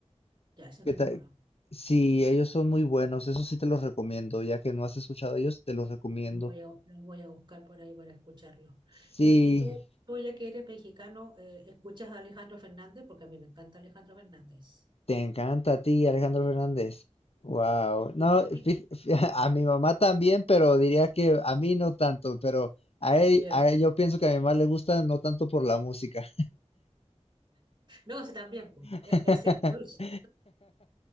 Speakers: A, on the right; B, on the left.
A: Ya, eso
B: que
A: no
B: ta-
A: lo conozco.
B: sí, ellos son muy buenos, eso sí te los recomiendo, ya que no has escuchado ellos, te los recomiendo.
A: Los voy a, los voy a buscar por ahí para escucharlos.
B: sí
A: Y, y tú, tú ya que eres mexicano, eh, ¿escuchas a Alejandro Fernández? Porque a mí me encanta Alejandro Fernández.
B: Te encanta a ti, Alejandro Fernández. Wow. No,
A: <laughs>
B: fí- fí- <laughs> a mi mamá también, pero diría que a mí no tanto, pero a él,
A: Ya.
B: a él- yo pienso que a mi mamá le gusta no tanto por la música.
A: No, sí, también, pues,
B: <laughs>
A: e- ese es un plus.